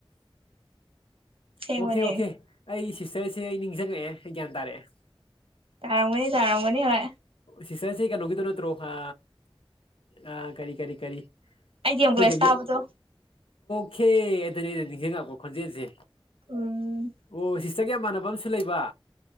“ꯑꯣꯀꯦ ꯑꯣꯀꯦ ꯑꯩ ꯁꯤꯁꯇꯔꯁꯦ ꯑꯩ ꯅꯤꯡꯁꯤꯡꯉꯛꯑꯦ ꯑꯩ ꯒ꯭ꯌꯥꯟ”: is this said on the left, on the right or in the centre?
Left